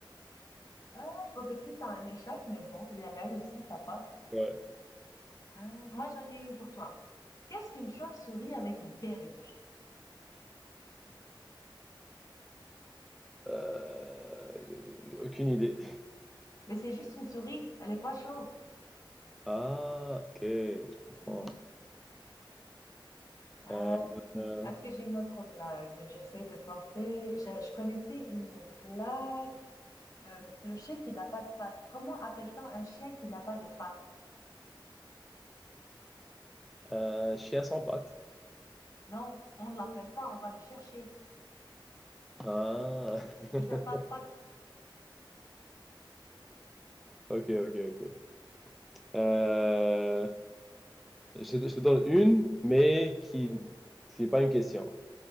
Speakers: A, on the left; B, in the centre.
A: Ah, je pensais plus à un échappe, mais bon, U R L aussi, ça passe.
B: Ouais.
A: Hein, moi, j'en ai une pour toi. Qu'est-ce qu'une chauve-souris avec une perruque?
B: Euh, j'ai aucune idée.
A: Mais c'est juste une souris, elle est pas chauve.
B: Ah, ok, je comprends.
A: <laughs> Euh,
B: Euh, euh,
A: est-ce que j'ai une autre blague? J'essaie de penser. Je, je connaissais une blague. Le, le chien qui n'a pas de pattes. Comment appelle-t-on un chien qui n'a pas de pattes?
B: euh, chien sans pattes.
A: Non, on ne l'appelle pas, on va le chercher.
B: Ah. <laughs>
A: Il n'a pas de pattes.
B: Ok, ok, ok. Euh, je, te je te donne une, mais qui, qui n'est pas une question.